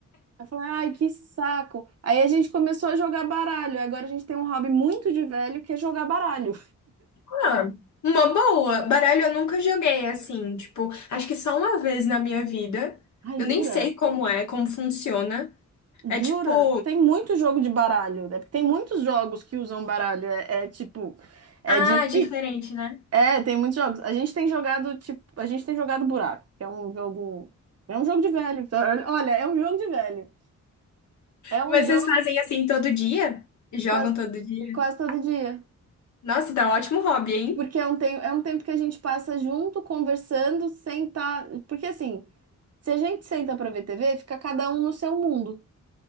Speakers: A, on the right; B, on the left.
A: Eu falei, ai, que saco. Aí a gente começou a jogar baralho. Agora a gente tem um hobby muito de velho que é jogar baralho.
B: Ah, uma boa. Baralho eu nunca joguei assim, tipo, acho que só uma vez na minha vida.
A: Ai,
B: Eu
A: jura?
B: nem sei como é, como funciona.
A: Jura?
B: É tipo,
A: Tem muito jogo de baralho, né? Porque tem muitos jogos que usam baralho. É, é tipo, é
B: ah,
A: difícil.
B: diferente, né?
A: É, tem muitos jogos. A gente tem jogado, tipo, a gente tem jogado buraco, que é um jogo, é um jogo de velho. Olha, é um jogo de velho. É um
B: Mas
A: jogo
B: vocês fazem assim todo dia? Jogam
A: quase,
B: todo dia?
A: quase todo dia.
B: Nossa, tá um ótimo hobby, hein?
A: Porque é um, tem- é um tempo que a gente passa junto, conversando, sentar. Porque assim, se a gente senta pra ver TV, fica cada um no seu mundo,